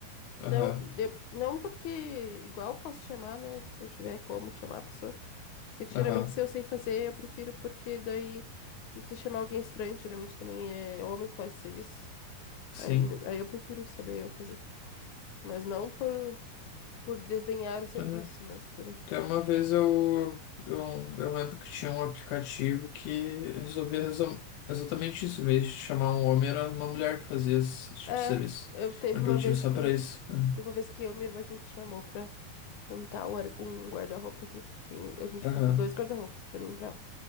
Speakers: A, on the left; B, on the left.
A: aham,
B: Não, eu- não porque igual posso chamar, né? Se eu tiver como chamar a pessoa. Só que geralmente
A: aham.
B: se eu sei fazer, eu prefiro porque daí não precisa chamar alguém estranho, geralmente também é homem que faz esse serviço.
A: Sim.
B: Aí, né, aí eu prefiro saber eu fazer. Mas não por, por desdenhar o serviço,
A: É.
B: mas por.
A: Até uma vez eu, eu, eu lembro que tinha um aplicativo que resolvia resol- exatamente isso. Em vez de chamar um homem, era uma mulher que fazia esse tipo
B: É,
A: de serviço.
B: eu teve
A: Era
B: uma
A: um aplicativo
B: vez
A: só
B: que.
A: pra isso. Ah,
B: Teve uma vez que eu e minha irmã a gente chamou pra montar o ar- um guarda-roupa aqui. Tem, a gente
A: Aham,
B: comprou dois guarda-roupas pra mim e pra ela.